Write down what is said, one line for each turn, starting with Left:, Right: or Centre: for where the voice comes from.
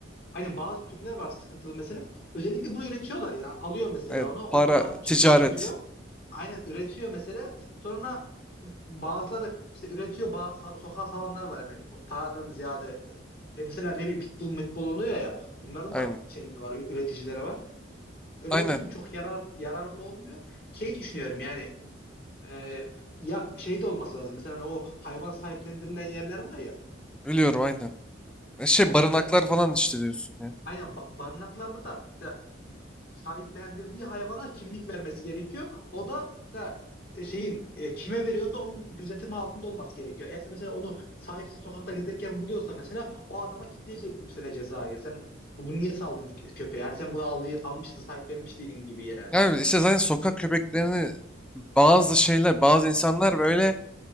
Left: Aynen bazı türler var sıkıntılı mesela. Özellikle bunu üretiyorlar yani. Alıyor mesela
Centre: Evet,
Left: onu. O
Centre: para,
Left: onunla çiftleştiriyor.
Centre: ticaret.
Left: Aynen üretiyor mesela. Sonra bazıları işte üretiyor. Ba so- sokağa salanlar var yani. Paradan ziyade e, e, mesela ne bileyim pitbull metbol oluyor ya. Bunların
Centre: Aynen.
Left: da şeyleri var. ü- Üreticileri var. Öyle
Centre: Aynen.
Left: olduğu için çok yarar, yararlı olmuyor. Şey düşünüyorum yani e, ya şey de olması lazım. Mesela hani o hayvan sahiplendirilen yerler var ya.
Centre: Biliyorum aynen. E Şey
Left: On,
Centre: barınaklar
Left: mesela
Centre: falan işte diyorsun ya.
Left: Aynen ba- barınaklarda da mesela sahiplendirdiği hayvana kimlik vermesi gerekiyor. O da mesela e, şeyin e, kime veriyorsa onun gözetimi altında olması gerekiyor. Eğer mesela onu sahipsiz sokakta gezerken buluyorsa mesela o adama kitleyecek mesela cezayı. Sen bu- bunu niye saldın kö- köpeğe? Yani sen bunu aldı, almıştın, sahiplenmiş değilin gibi yani.
Centre: Yani işte zaten sokak köpeklerini bazı şeyler, bazı insanlar böyle